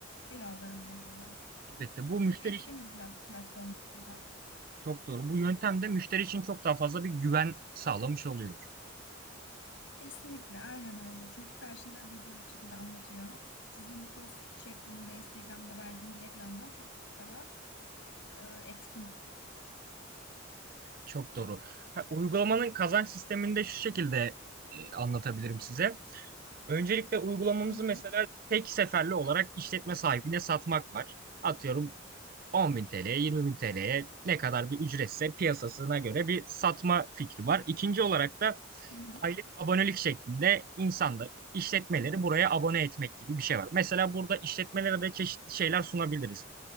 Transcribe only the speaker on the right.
Elbette bu müşteri
Çok doğru. Bu yöntem de müşteri için çok daha fazla bir güven sağlamış oluyor.
Çok doğru. Ha, uygulamanın kazanç sistemini de şu şekilde e, anlatabilirim size. Öncelikle uygulamamızı
mesela tek seferli olarak işletme sahibine satmak var. Atıyorum 10 bin TL'ye, 20 bin TL'ye ne kadar bir ücretse piyasasına göre bir satma fikri var. İkinci olarak da
aylık abonelik şeklinde insanlar, işletmeleri buraya abone etmek gibi bir şey var. Mesela burada işletmelere de çeşitli şeyler sunabiliriz.